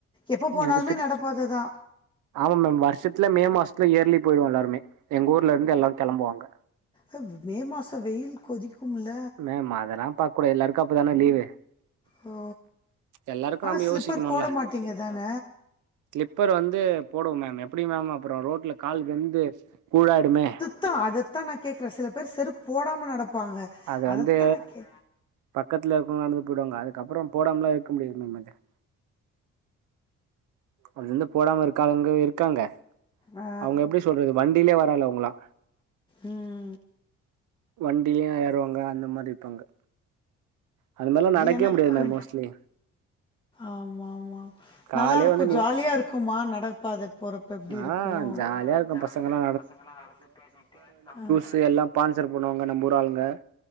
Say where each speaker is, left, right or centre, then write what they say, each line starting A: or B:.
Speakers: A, on the left (about 15°); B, on the right (about 80°).
A: எப்ப போனாலுமே
B: எனக்கு திரு
A: நடப்பாததா
B: ஆமா மேம் வருஷத்துல மே மாசத்துல இயர்லி போயிடுவோ எல்லாருமே எங்க ஊர்ல இருந்து எல்லாரு கிளம்புவாங்க
A: ஒ மே மாசம் வெயில் கொதிக்கும்ல
B: மேம் அதலா பாக் கூடாது எல்லாருக்கு அப்பதான லீ்வு
A: ஓ
B: எல்லாருக்கு
A: ஆனா
B: நம்ப
A: ஸ்லிப்பர்
B: யோசிக்கணுல
A: போட மாட்டீங்க தான
B: ஸ்லிப்பர் வந்து போடுவோ மேம் எப்டி மேம் அப்றோ ரோட்ல கால் வெந்து கூழாயிடுமே
A: த்தா அதத்தா நா கேக்குறே சில பேர் செருப் போடாம நடப்பாங்க
B: அது
A: அதத்தா
B: வந்து
A: நா கே
B: பக்கத்துல இருக்கவங்க நடந்து போயிடுவாங்க அதுக்கப்பறோ போடாமலா இருக்க முடியாது மேம் எனக்கு அது வந்து போடாம இருக்க ஆளுங்களு இருக்காங்க
A: ஆ
B: அவங்க எப்டி சொல்றது வண்டியிலே வராலு அவங்களா
A: ம்
B: வண்டிலயு ஏறுவாங்க அந்த மாரி இருப்பாங்க அந்த மாரிலா நடக்கவே
A: எனக்கு
B: முடியாது மேம் மோஸ்ட்லி
A: ஆமா ஆமா
B: காலையே
A: நல்லா இருக்கு
B: வந்து நீ
A: ஜாலியா இருக்குமா நடைப்பாத போற இப்ப எப்டி இருக்கு
B: ஆ
A: ம்
B: ஜாலியா இருக்கு
A: ஜாலியா
B: பசங்கல்லா
A: இருக்கு பசங்களா நடந்து பேசிட்டு நம்ப
B: து எல்லா பான்சர் பண்ணுவாங்க நம்ம ஊர் ஆளுங்க